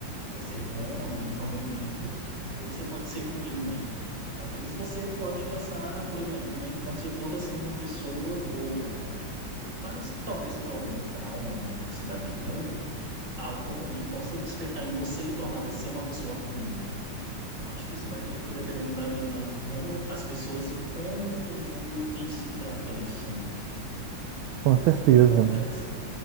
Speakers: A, on the right (about 40°); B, on the right (about 85°).
A: vai ser bom ali em tal momento, ou você pode ser ruim, né? Às vezes você pode passar, por exemplo, uma infância toda sendo uma pessoa boa, né? Mas talvez por algum trauma, alguma coisa assim da vida, algo ruim possa despertar em você e tornar você uma pessoa ruim, né? Então, acho que isso vai muito dependendo da visão de como as pessoas e como o mundo em si trata isso, né? É
B: Com
A: uma questão
B: certeza,
A: muito complexa.
B: né?